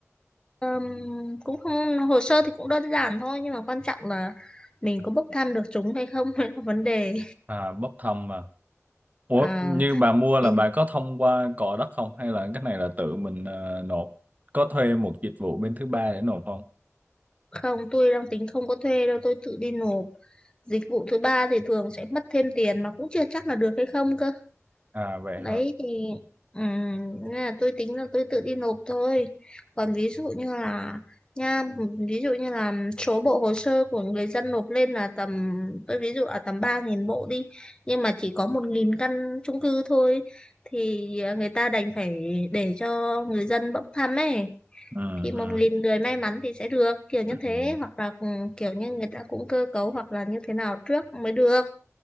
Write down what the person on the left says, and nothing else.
Ừm, cũng không hồ sơ thì cũng đơn giản thôi nhưng mà quan trọng là mình có bốc thăm được chúng hay không <laughs> mới là vấn đề
à,
thì
không tôi đang tính không có thuê đâu tôi tự đi nộp dịch vụ thứ ba thì thường sẽ mất thêm tiền mà cũng chưa chắc là được hay không cơ
đấy
thì ừm, nên là tôi tính là tôi tự đi nộp thôi còn ví dụ như là nha ví dụ như là số bộ hồ sơ của người dân nộp lên là tầm tôi ví dụ là tầm 3.000 bộ đi nhưng mà chỉ có 1.000 căn chung cư thôi thì ờ, người ta đành phải để cho người dân bốc thăm ấy
thì một
nghìn người may mắn thì sẽ được kiểu như
thế hoặc là ừ, kiểu như người ta cũng cơ cấu hoặc là như thế nào trước mới được